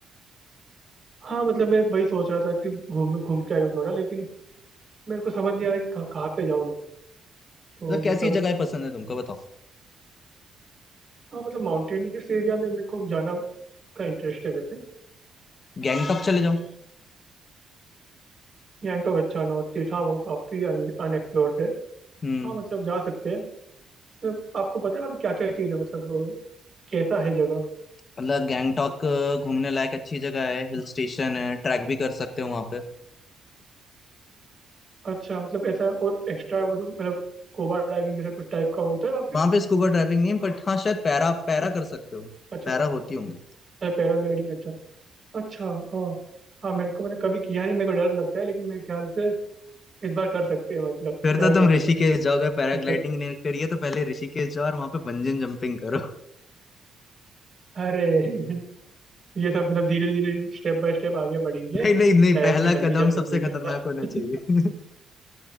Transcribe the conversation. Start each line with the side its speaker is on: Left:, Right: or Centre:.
Right: हाँ मतलब मैं वही सोच रहा था कि घूम घूम के आ जाऊँ थोड़ा लेकिन मेरे को समझ नहीं आ रहा कि कहाँ कहाँ पे जाऊँ मैं तो
Left: मतलब कैसी
Right: मतलब
Left: जगह पसंद है तुमको बताओ
Right: हाँ मतलब माउंटेनियस एरिया में मेरे को जाना का इंटरेस्ट है वैसे
Left: गैंगटॉक चले जाओ
Right: गैंगटॉक अच्छा नॉर्थ ईस्ट हाँ वो काफ़ी अनएक्सप्लोर्ड है
Left: हम्म
Right: हाँ मतलब जा सकते हैं मतलब आपको पता है आप क्या क्या चीज़ है मतलब अ, कैसा है जगह
Left: मतलब गैंगटॉक अ, घूमने लायक अच्छी जगह है हिल स्टेशन है ट्रैक भी कर सकते हो वहां पे
Right: अच्छा मतलब ऐसा और एक्स्ट्रा मतलब मतलब स्कूबा डाइविंग जैसा कुछ टाइप का होता है वहाँ पे
Left: वहां पे स्कूबा ड्राइविंग नहीं बट हाँ शायद पैरा पैरा कर सकते हो
Right: अच्छा
Left: पैरा होती होंगी
Right: अच्छा पैराग्लाइडिंग अच्छा अच्छा हाँ हाँ मेरे को मैंने कभी किया नहीं मेरे को डर लगता है लेकिन मेरे ख्याल से इस बार कर सकते हैं मतलब
Left: फिर
Right: ट्राई
Left: तो
Right: कर
Left: तुम ऋषिकेश
Right: सकते हैं
Left: जाओ अगर पैराग्लाइडिंग
Right: मतलब
Left: नहीं करी है तो पहले ऋषिकेश जाओ और वहां पे बंजन जंपिंग करो
Right: अरे <laughs> ये सब मतलब धीरे धीरे स्टेप बाय स्टेप आगे बढ़ेंगे
Left: <laughs> नहीं नहीं नहीं
Right: डायरेक्टली
Left: पहला
Right: बंजी
Left: कदम
Right: जंपिंग
Left: सबसे
Right: नहीं करना
Left: खतरनाक होना
Right: <laughs>
Left: चाहिए